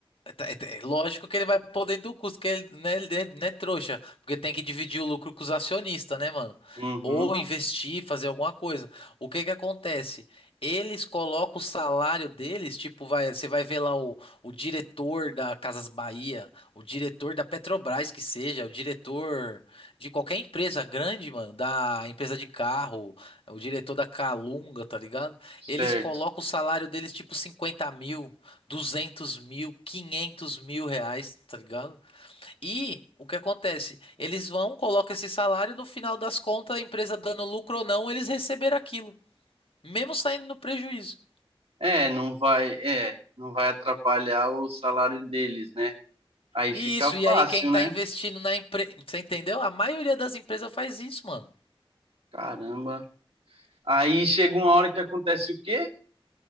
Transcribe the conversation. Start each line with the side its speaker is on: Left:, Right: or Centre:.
Left: Tá, é, é Lógico que ele vai pôr dentro do custo, que ele né, ele é- não é trouxa, porque tem que dividir o lucro com os acionistas, né, mano?
Right: Uhum.
Left: Ou investir, fazer alguma coisa. O que que acontece? Eles colocam o salário deles, tipo, vai, você vai ver lá o, o diretor da Casas Bahia, o diretor da Petrobras, que seja, o diretor de qualquer empresa grande, mano, da empresa de carro, o diretor da Calunga, tá ligado?
Right: Certo.
Left: Eles colocam o salário deles, tipo, cinquenta mil 200 mil, 500 mil reais, tá ligado? E o que acontece? Eles vão, colocam esse salário, no final das contas, a empresa dando lucro ou não, eles receberam aquilo, mesmo saindo no prejuízo.
Right: É, não vai, é, não vai atrapalhar o salário deles, né? Aí
Left: E
Right: fica
Left: isso, e
Right: fácil,
Left: aí quem tá
Right: né?
Left: investindo na empresa, você entendeu? A maioria das empresas faz isso, mano.
Right: Caramba. Aí chega uma hora que acontece o quê?